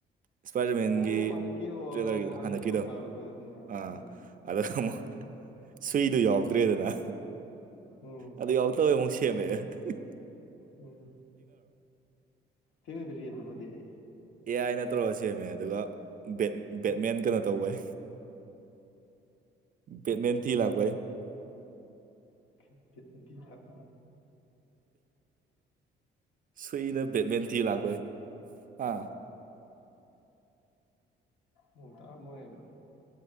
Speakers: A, on the right (about 45°); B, on the left (about 75°).
A: ꯏꯁꯄꯥꯏꯗꯔꯃꯦꯟꯒꯤ
B: ꯑꯣ ꯍꯟꯗꯛꯀꯤ ꯑꯣ
A: ꯇ꯭ꯔꯦꯂꯔꯒꯤꯗꯣ
B: ꯍꯟꯗꯛꯀꯤ
A: ꯍꯟꯗꯛꯀꯤꯗꯣ
B: ꯑꯣ ꯊꯥꯒꯠꯂꯛꯄꯩꯗꯣ ꯎꯝ
A: ꯑꯥ
B: ꯎꯝ
A: ꯑꯗ ꯑꯃꯨꯛ ꯁꯨꯏꯗꯣ ꯌꯥꯎꯗ꯭ꯔꯦꯗꯅ
B: ꯎꯝ
A: ꯑꯗꯨ ꯌꯥꯎ ꯇꯕꯩ ꯑꯃꯨꯛ ꯃꯦ <unintelligible>
B: ꯎꯝ ꯊꯦꯡꯅꯗꯔꯤ ꯑꯗꯨ ꯃꯗꯤ ꯑꯩ
A: ꯑꯦ ꯑꯥꯏꯅ ꯇꯧꯔꯒ ꯁꯦꯝꯃꯦ ꯑꯗꯨꯒ ꯕꯦꯠꯃꯦꯟ
B: ꯎꯝ
A: ꯕꯦꯠꯃꯦꯟ ꯀꯩꯅꯣ ꯇꯧꯕꯩ ꯕꯦꯠꯃꯦꯟꯠ ꯊꯤ ꯂꯥꯛꯄꯩ
B: <unintelligible> <unintelligible> ꯑꯣ
A: ꯁꯨꯏꯅ ꯕꯦꯠꯃꯦꯟ ꯊꯤ ꯂꯥꯛꯄꯩ ꯑꯥ
B: ꯃꯑꯣꯡ ꯇꯥꯔꯝꯃꯣꯏ ꯑꯗꯨ